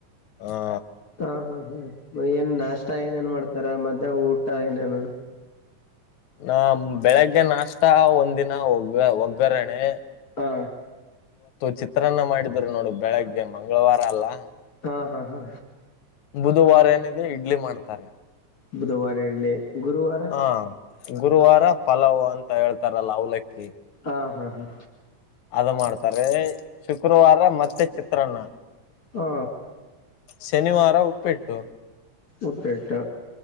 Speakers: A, on the left; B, on the left.
A: ಹಾ
B: ಹಾ ಹ ಹ್ಮ್ ಏನ್ ನಾಷ್ಟ ಏನೇಏನ್ ಮಾಡ್ತಾರ ಮದ ಊಟ ಏನೇನು
A: ನ ಬೆಳಿಗ್ಗೆ ನಾಷ್ಟತ ಒಂದಿನ ಒಗ್ ಒಗ್ಗರಣಣೆ
B: ಹಾ
A: ಚಿತ್ರನ್ನ ಮಾಡಿದ್ರು ನೋಡು ಬೆಳಗ್ಗೆ ಮಂಗಳವಾರ ಅಲ್ಲಾ
B: ಹಾ ಹಾ ಹಾ
A: ಬುಧವಾರ ಏನಿದೆ ಇಡ್ಲಿ ಮಾಡ್ತಾರೆ
B: ಬುಧವಾರಲ್ಲ ಗುರುವಾರ
A: ಹ ಗುರುವಾರ ಪಲಾವ್ ಅಂತ ಹೇಳ್ತಾರಲ್ಲ ಅವಲಕ್ಕಿ
B: ಹಾ ಹಾ ಹಾ
A: ಅದ ಮಾಡ್ತಾರೆ ಶುಕ್ರವಾರ ಮತ್ತೆ ಚಿತ್ರಾನ್ನ
B: ಹಾ
A: ಶನಿವಾರ ಉಪ್ಪಿಟ್ಟು
B: ಉಪ್ಪೆಟ್ಟ